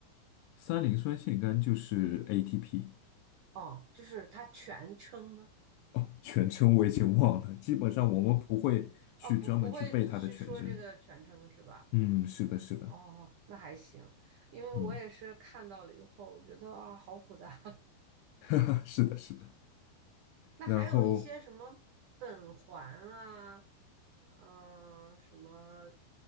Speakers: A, on the left; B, on the right.
A: 三磷酸腺苷就是 ATP
B: 哦，就是它全称呢？
A: 哦，全称我已经忘了，基本上我们不会去专门去背它的全称。
B: 哦，不，不会去说这个全称是吧？
A: 嗯，是的，是的，
B: 哦，那还行，因为我也是看到了以后，
A: 嗯，
B: 我觉得啊，好复杂。<laughs>
A: <laughs> 啊是的，是的。
B: 那还有一些什么苯环啊，
A: 然后，
B: 嗯、什么